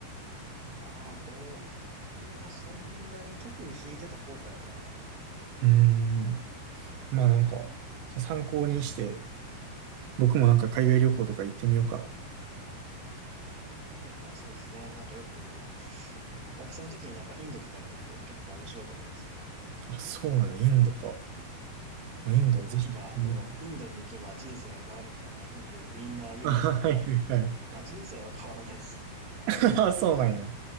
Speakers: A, on the right (about 20°); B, on the right (about 80°).
A: ああ、僕もそんなに特に弾いてた後悔はないかな。
B: うーん。まあなんか、そ参考にして、僕もなんか海外旅行とか行ってみようか
A: いやー、そうですね。なんかよく、学生の時になんかインドとか行っとくと結構面白いと思いますよ。
B: な。あ、そうなんや、インドか。まあ、インドぜひ。
A: よくなんかあの、
B: うん
A: インドに行けば人生が変わるみたいな、よくみんな言うんですけど、
B: あはいはいはい。
A: まあ人生は変わらないです。
B: <laughs> あ、そうなんや。